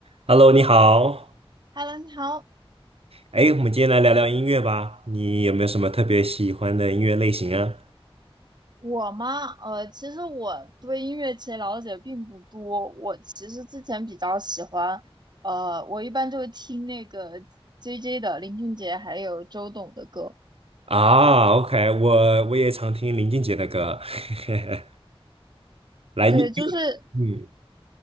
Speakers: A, on the right; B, on the right.
A: Hello，你好。
B: Hello，你好，
A: 哎，我们今天来聊聊音乐吧。你有没有什么特别喜欢的音乐类型啊？
B: 我吗？呃，其实我对音乐其实了解并不多。我其实之前比较喜欢，呃，我一般就会听那个 JJ 的林俊杰还有周董的歌。
A: 啊，OK，我我也常听林俊杰的歌。<laughs> 来，
B: 对，
A: 你
B: 就是，
A: 嗯